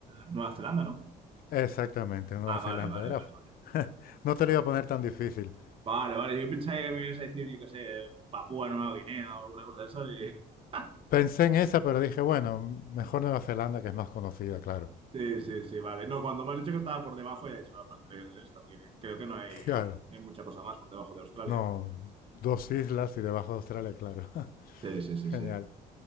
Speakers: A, on the right (about 30°); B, on the left (about 60°).
A: Nueva Zelanda, ¿no?
B: exactamente, Nueva
A: Ah,
B: Zelanda.
A: vale, vale,
B: Era,
A: vale, vale.
B: <laughs> no te
A: Vale.
B: lo iba a poner tan difícil.
A: Vale, vale. Yo pensaba que me ibas a decir, yo qué sé, Papúa Nueva Guinea o alguna cosa de esas. y- <laughs>
B: Pensé en esa, pero dije, bueno, mejor Nueva Zelanda, que es más conocida, claro.
A: Sí, sí, sí, vale. No, cuando me has dicho que estaba por debajo, ya he dicho, aparte tiene que ser esta, porque creo que no hay,
B: Claro,
A: no hay mucha cosa más por debajo de Australia.
B: no, dos islas y debajo de Australia, claro. <laughs>
A: Sí, sí, sí,
B: Genial.
A: sí.